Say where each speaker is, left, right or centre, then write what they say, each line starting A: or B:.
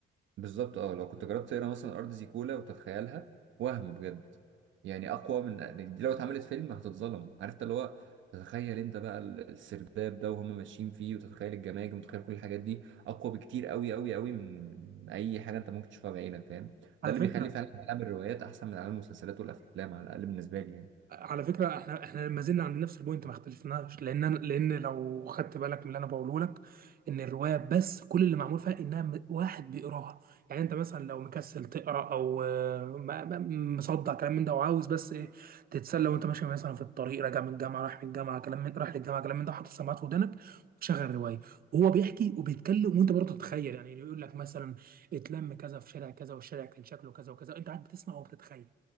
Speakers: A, on the right; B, on the right.
A: بالظبط اه لو كنت جربت تقرا مثلا ارض زيكولا وتتخيلها وهم بجد يعني اقوى من دي لو اتعملت فيلم هتتظلم عرفت اللي هو تتخيل انت بقى ال- السرداب ده وهم ماشيين فيه وتتخيل الجماجم وتتخيل كل الحاجات دي اقوى بكتير قوي قوي قوي من من اي حاجه انت ممكن تشوفها بعينك فاهم
B: على
A: ده اللي
B: فكره
A: بيخلي فعلا عالم الروايات احسن من عالم المسلسلات والافلام على الاقل بالنسبه لي يعني
B: على فكرة احنا احنا ما زلنا عند نفس البوينت ما اختلفناش لان انا لان لو خدت بالك من اللي انا بقوله لك ان الرواية بس كل اللي معمول فيها انها م- واحد بيقراها يعني انت مثلا لو مكسل تقرا او آه، ما- ما- مصدع كلام من ده وعاوز بس ايه تتسلى وانت ماشي مثلا في الطريق راجع من الجامعة رايح من الجامعة كلام من رايح للجامعة كلام من ده حاطط سماعات في ودنك وتشغل رواية وهو بيحكي وبيتكلم وانت برضه تتخيل يعني يقول لك مثلا اتلم كذا في شارع كذا والشارع كان شكله كذا وكذا انت قاعد بتسمع وبتتخيل